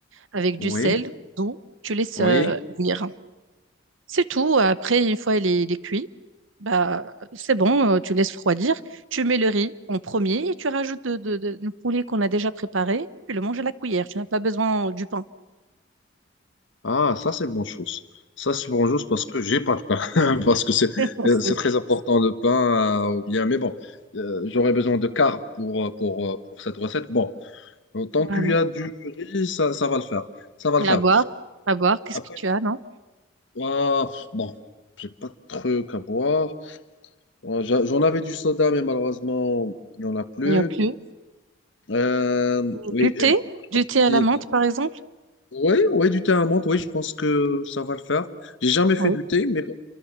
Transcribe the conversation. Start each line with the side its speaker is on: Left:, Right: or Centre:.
Right: avec
Left: Oui,
Right: du sel, d'eau. Tu laisses
Left: oui.
Right: euh, bouillir. C'est tout. Après, une fois il est, il est cuit, Bah, c'est bon, euh, tu laisses refroidir, tu mets le riz en premier et tu rajoutes de- de- de- le poulet qu'on a déjà préparé, tu le manges à la cuillère, tu n'as pas besoin du pain.
Left: Ah, ça, c'est bonne chose. Ça, c'est bonne chose parce que j'ai pas de pain. <laughs> Parce que c'est
Right: <laughs>
Left: euh,
Right: C'est-
Left: c'est très important le pain. euh, ou bien, mais bon, euh, j'aurais besoin de carbs pour, euh, pour, euh, pour cette recette. Bon, euh, tant
Right: Voilà.
Left: qu'il y a du riz, ça, ça va le faire. Ça va
Right: Mais
Left: le faire.
Right: à boire, à boire, qu'est-ce
Left: Après,
Right: que tu
Left: je-
Right: as, non?
Left: Ah, bon, j'ai pas de truc à boire. Euh, j'a- J'en avais du soda, mais malheureusement, il n'y en a plus.
Right: Il n'y a plus.
Left: Euh, oui,
Right: Du thé,
Left: euh,
Right: du
Left: comme
Right: thé
Left: je
Right: à
Left: t'ai
Right: la menthe
Left: dit,
Right: par exemple.
Left: oui, oui, du thé à la menthe, oui, je pense que ça va le faire. J'ai jamais fait
Right: Oui.
Left: du thé, mais bon,